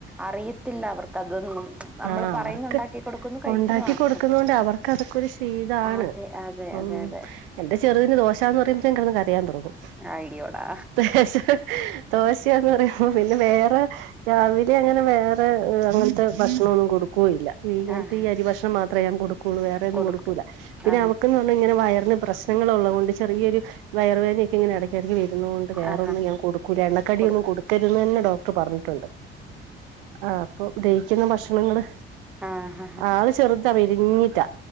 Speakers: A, in the centre; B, on the right (about 70°).
A: അറിയത്തില്ലാ അവർക്കതൊന്നും. നമ്മള്
B: ആഹ്
A: പറയുന്നു
B: അവർക്ക്
A: ഉണ്ടാക്കി കൊടുക്കുന്നു കഴിക്കുന്നു
B: ഒണ്ടാക്കി
A: ആ
B: കൊടുക്കുന്ന
A: ഓക്കെ
B: കൊണ്ട് അവർക്ക് അതൊക്കൊരു ശീലാണ്
A: അതെ അതെ
B: അപ്പം
A: അതെ അതെ
B: എന്റെ ചെറുതിന് ദോശാന്ന് പറയുമ്പത്തേക്ക് കെടന്ന് കരയാൻ തൊടങ്ങും
A: അയ്യോടാ
B: <unintelligible> ദോശയാന്ന് പറയുമ്പോ പിന്നെ വേറെ രാവിലെ അങ്ങനെ വേറെ ഏഹ് അങ്ങനത്തെ ഭക്ഷണോന്നും കൊടുക്കോം ഇല്ലാ ഇങ്ങനത്തെ
A: ആഹ്
B: ഈ അരി ഭക്ഷണം മാത് മാത്രേ ഞാൻ കൊടുക്കോ ഒള്ളൂ വേറെ ഒന്നും
A: കൊടുക്കും
B: കൊടുക്കൂലാ പിന്നെ
A: ആഹാ
B: അവക്ക്ന്ന് പറഞ്ഞാ ഇങ്ങനെ വയറിന് പ്രശ്നങ്ങൾ ഒള്ളത് കൊണ്ട് ചെറിയൊരു വയറുവേദനെയെക്കെ ഇങ്ങനെ എടയ്ക്കെടയ്ക്ക് വെരുന്ന കൊണ്ട് വേറൊന്നും
A: ആഹാ
B: ഞാൻ കൊടുക്കൂലാ എണ്ണക്കടിയൊന്നും
A: കൊടുക്കും
B: കൊടുക്കരുതെന്ന് ഡോക്ടർ പറഞ്ഞു ട്ടുണ്ട് ആഹ് അപ്പം ദഹിക്കുന്ന ഭക്ഷണങ്ങള്
A: ആഹ്
B: ആവിശ് ചെറുതാ മെലിഞ്ഞിറ്റാ